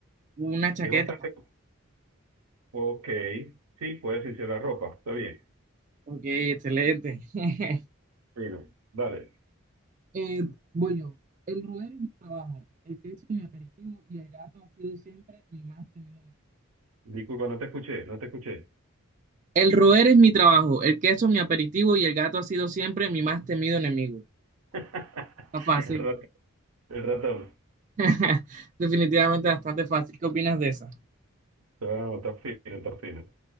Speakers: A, on the right; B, on the right.
A: una chaqueta.
B: Es bastante... Ok, sí, puedes irse la ropa, está bien.
A: Ok, excelente. <laughs>
B: Bueno, dale.
A: Eh, voy yo. El roer es mi trabajo, el queso mi aperitivo y el gato ha sido siempre mi más temido enemigo.
B: Disculpa, no te escuché, no te escuché.
A: El roer es mi trabajo, el queso mi aperitivo y el gato ha sido siempre mi más temido enemigo.
B: <laughs>
A: Está fácil.
B: El rat- el ratón.
A: <laughs> Definitivamente bastante fácil. ¿Qué opinas de esa?
B: Ah, está fino, está fino.